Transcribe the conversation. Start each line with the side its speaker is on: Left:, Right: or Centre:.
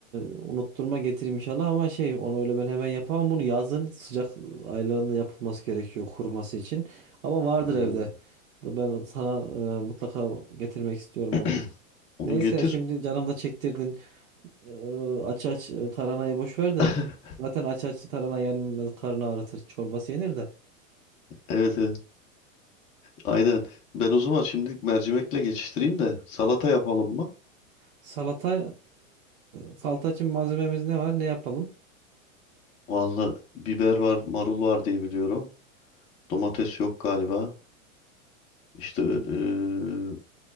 Right: unutturma getireyim inşallah ama şey onu öyle ben hemen yapamam bunu yazın sıcak aylarında yapılması gerekiyor kuruması için ama vardır
Left: Hmm.
Right: evde ben sana e, mutlaka getirmek istiyorum
Left: <clears throat>
Right: onu.
Left: Onu
Right: Neyse
Left: getir.
Right: şimdi canım da çektirdin E, aç aç e, taranayı boş ver de
Left: <laughs>
Right: zaten aç aç tarana yenmez karnı ağrıtır çorbası yenir de
Left: Evet, evet. Aynen. Ben o zaman şimdilik mercimekle geçiştireyim de salata yapalım mı?
Right: salata e, salata için malzememiz ne var ne yapalım?
Left: Vallahi biber var, marul var diye biliyorum. Domates yok galiba. İşte eee,